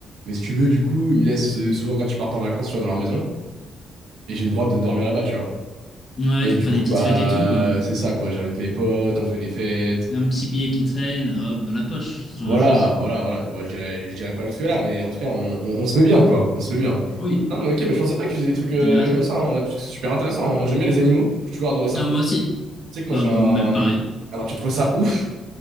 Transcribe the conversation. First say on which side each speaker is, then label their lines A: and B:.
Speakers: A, on the right (about 80°); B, on the left (about 35°).
A: Mais si tu veux, du coup, ils me laissent euh, souvent quand ils partent en vacances, tu vois, dans leur maison. Et j'ai le droit de dormir là-bas, tu vois.
B: Ouais,
A: Et
B: tu
A: du
B: peux faire
A: coup,
B: des petites
A: bah,
B: fêtes et tout, quoi.
A: c'est ça, quoi. J'invite mes potes, on fait des fêtes.
B: Un petit billet qui traîne, hop, dans la poche, ce
A: Voilà,
B: genre de choses.
A: voilà, voilà. Bon, je dirais, je dirais pas jusque-là, mais en tout cas, on, on- on se met bien, quoi. On se met bien.
B: Oui.
A: Non, mais ok, mais je pensais pas que tu faisais des trucs euh,
B: T'as bien raison.
A: comme ça, hein, en vrai, parce que c'est super intéressant. hein. Moi, j'aime bien les animaux. J'ai toujours adoré ça.
B: ah moi aussi.
A: Tu sais que moi,
B: Bah,
A: j'ai
B: même
A: un.
B: pareil.
A: Alors, tu trouves ça ouf,